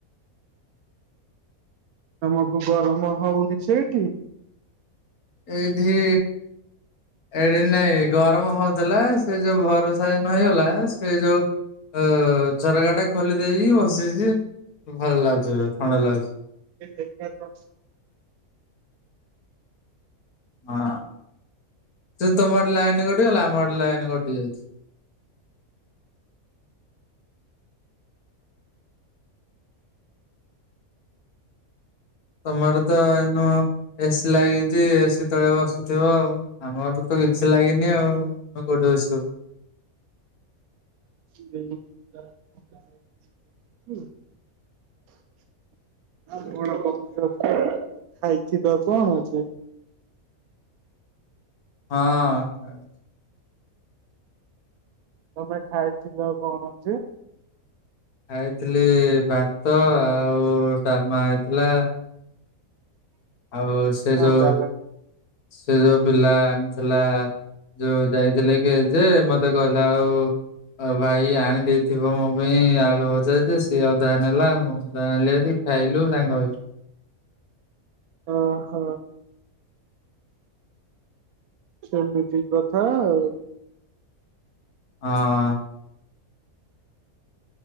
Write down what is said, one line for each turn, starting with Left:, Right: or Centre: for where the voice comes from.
Right: ତମକୁ ଗରମ ହଉନି ସେଇଠି?
Left: ଏଇଠି ଏଠି ନାଇଁ ଗରମ ହଉଥିଲା। ସେ ଯୋଉ ବରଷା ନ ହେଇଗଲା ସେ ଯୋଉ ଅ ଝରକା ଟା ଖୋଲି ଦେଇକି ବସିଚି ଭଲ ଲାଗୁଚି ଏବେ ଥଣ୍ଡା ଲାଗୁଚି।
Right: <unintelligible>
Left: ହଁ ଯେ ତମଆଡେ ଲାଇନ କଟି ଗଲା? ଆମଆଡେ ଲାଇନ କଟି ଯାଇଚି। ତମର ତ ଏନ ଏସିି ଲାଗିଚି ଏସିି ତଳେ ବସୁଥିବ ଆଉ। ଆମର ତ ତ କିଛି ଲାଗିନି ଆଉ। ମଆଉ କଉଠି ବସିବୁ?
Right: <unintelligible> ଆଉ କଣ କରୁଚ? ଖାଇଥିଲ କଣ ଅଛି?
Left: ହଁ।
Right: ତମେ ଖାଇଥିଲ କଣ ହଉଚି?
Left: ଖାଇଥିଲି ଭାତ ଆଉ ଡାଲମା ହେଇଥିଲା। ଆଉ ସେ
Right: ହଁ
Left: ଯୋଉ
Right: ତାହେଲେ
Left: ସେ ଯୋଉ ପିଲା ଆଣିଥିଲା ଯୋଉ ଯାଇଥିଲେ କି ଏଯେ ମତେ କହିଲା ଆଉ ଆଉ ଭାଇ ଆଣି ଦେଇଥିବ ମୋ ପାଇଁ ଆଳୁ ଭଜା ଯେ ସିଏ ଅଧା ନେଲା ମୁଁ ଅଧା ଆଣିଲି ହେରି। ଖାଇଲୁ ସାଙ୍ଗ ହେଇକି।
Right: ଓହୋ। ସେମିତି କଥା ଆଉ।
Left: ହଁ।